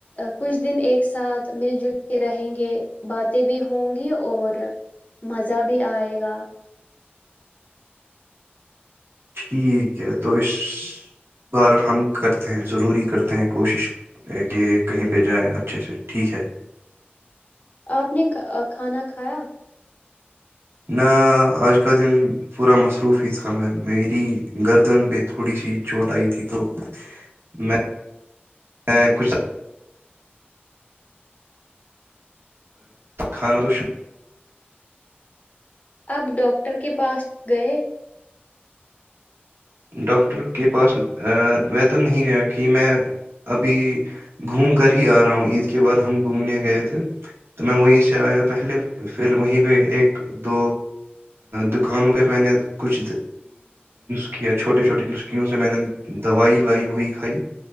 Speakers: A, on the left; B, on the right.
A: کچھ دن ایک ساتھ مل جل کے رہیں گے باتیں بھی ہوں گی اور مزہ بھی آئے گا
B: ٹھیک ہے تو اس بار ہم کرتے ہیں ضروری کرتے ہیں کوشش کہ کہیں پہ جائیں اچھے سے ٹھیک ہے
A: آپ نے کھانا کھایا
B: نہ آج کا دن پورا مصروف ہی تھا میں میری گردن پہ تھوڑی سی چوٹ آئی تھی تو میں میں کچھ خاندر
A: اب ڈاکٹر کے پاس گئے
B: ڈاکٹر کے پاس میں تو نہیں گیا کہ میں ابھی گھوم کر ہی آ رہا ہوں عید کے بعد ہم گھومنے گئے تھے تو میں وہیں سے آیا پہلے پھر وہیں پہ ایک دو دکانوں پہ میں نے کچھ چھوٹے چھوٹیے نسکیوں سے میں نے دوائی لائی وہی کھائی